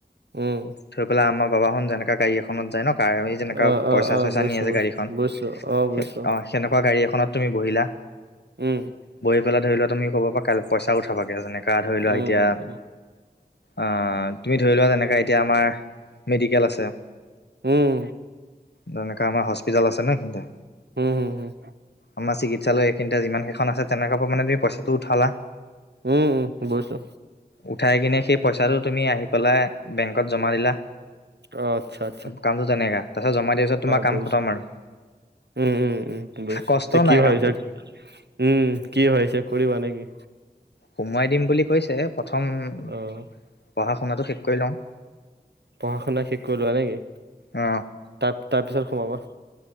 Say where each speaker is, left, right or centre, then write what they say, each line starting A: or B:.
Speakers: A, on the right; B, on the left.
A: উম,
B: থৈ পেলাই আমাৰ বাবা খন যেনকা গাড়ী এখন খনত যাই ন কাৰ এই যেনেকা
A: অ',
B: পইচা
A: অ', অ',
B: চইচা
A: বুজিছো
B: নিয়ে যে
A: বুজিছো
B: গাড়ীখন
A: বুজিছো বুজিছো
B: সে অ সেনেকুৱা গাড়ী এখনত তুমি বহিলা
A: উম,
B: বহি পেলাই ধৰি লোৱা তুমি ক'বাপা কাইলে পইচা উঠাবাগে যেনেকা ধৰি লোৱা
A: উম,
B: এতিয়া
A: উম,
B: অ তুমি ধৰি লোৱা যেনেকা এতিয়া আমাৰ মেডিকেল আছে
A: উম,
B: তেনেকা আমাৰ হস্পিতেল আছে ন এইখিনিতে
A: উম হুম হুম
B: আমাৰ চিকিৎসালয় এইখিনিতে যিমানকেইখন আছে তেনেকা পা মানে তুমি পইচাটো উঠালা।
A: উম উম বুইছো।
B: উঠাই কিনে সেই পইচাটো তুমি আহি পেলাই বেংকত জমা দিলা
A: অ আচ্ছাত
B: কামটো তেনেকা তাৰ পাছত জমাই দিয়া পিছত তোমাৰ কাম
A: বুজিছো
B: খতম আৰু
A: উম উম উম বুইছো
B: কষ্ট
A: তে কি
B: নাই
A: ভাবিছা
B: কামটোত
A: উম কি ভাবিছা কৰিবা নে কি
B: সোমোৱাই দিম বুলি কৈছে প্ৰথম
A: অ',
B: পঢ়া শুনাটো শেষ কৰি লওঁ।
A: পঢ়া শুনা শেষ কৰি লোৱা নেকি?
B: অ
A: তাৰতাৰপিছত সোমাবা।